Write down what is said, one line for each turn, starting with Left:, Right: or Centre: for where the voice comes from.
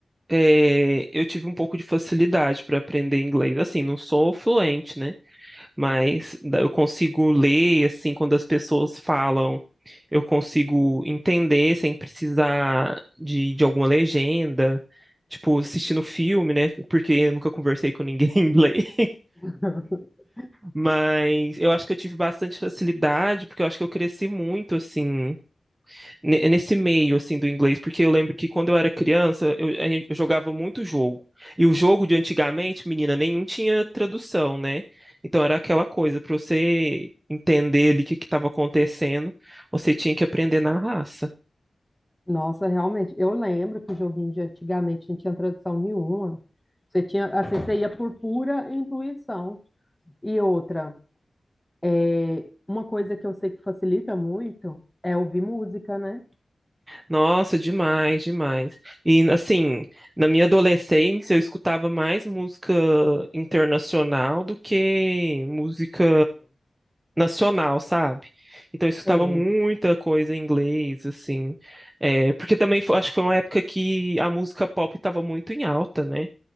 Right: é, eu tive um pouco de facilidade para aprender inglês. Assim, não sou fluente, né? mas da- eu consigo ler, assim, quando as pessoas falam, eu consigo entender sem precisar de, de alguma legenda. Tipo, assistindo filme, né? Porque eu nunca conversei com ninguém <laughs> em inglês.
Centre: <laughs>
Right: Mas eu acho que eu tive bastante facilidade, porque eu acho que eu cresci muito, assim, ne- nesse meio assim do inglês, porque eu lembro que quando eu era criança, eu, a gente- eu jogava muito jogo. E o jogo de antigamente, menina, nenhum tinha tradução, né? Então era aquela coisa, para você entender ali o que que estava acontecendo, você tinha que aprender na raça.
Centre: Nossa, realmente. Eu lembro que o joguinho de antigamente não tinha tradução nenhuma. Você tinha, assim, você ia por pura intuição. E outra, é, uma coisa que eu sei que facilita muito é ouvir música, né?
Right: Nossa, demais, demais. E assim, na minha adolescência eu escutava mais música internacional do que música nacional, sabe? Então eu escutava
Centre: Sei.
Right: muita coisa em inglês, assim. É, porque também foi- acho que foi uma época que a música pop estava muito em alta, né?